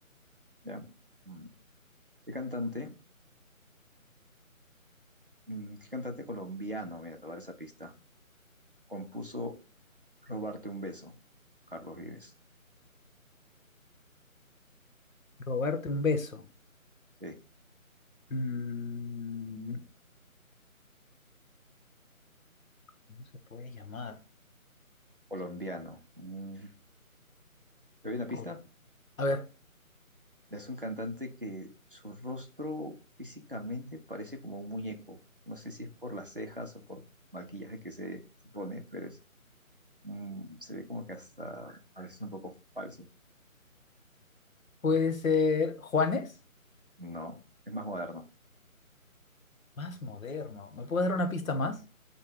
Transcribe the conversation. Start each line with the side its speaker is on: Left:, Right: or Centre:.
Right: ¿ya? Mm. ¿Qué cantante, mm, qué cantante colombiano, mira, te voy a dar esa pista, compuso Robarte un beso, Carlos Vives?
Left: Robarte un beso.
Right: Sí,
Left: Mm, ¿Cómo se puede llamar?
Right: colombiano. Mm. ¿Te doy una
Left: Col-
Right: pista?
Left: A ver,
Right: Es un cantante que su rostro físicamente parece como un muñeco. No sé si es por las cejas o por maquillaje que se, se pone, pero es, mm, se ve como que hasta a veces un poco falso.
Left: puede ser Juanes,
Right: No, es más moderno.
Left: más moderno. ¿Me puedes dar una pista más?